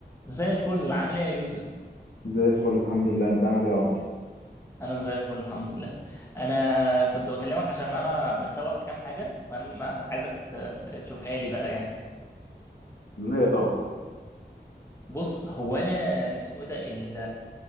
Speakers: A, on the left; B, on the left.
A: زي الفل عامل ايه يا يوسف
B: زي الفل الحمد لله انت عامل ايه يا عمر؟
A: انا زي الفل الحمد لله انا كنت بكلمك عشان انا متسوح في كام حاجه وانا عايزك ت- ت- تشوفها لي بقى يعني
B: لا طبعا
A: بص هو انا اسمه ايه ده ال-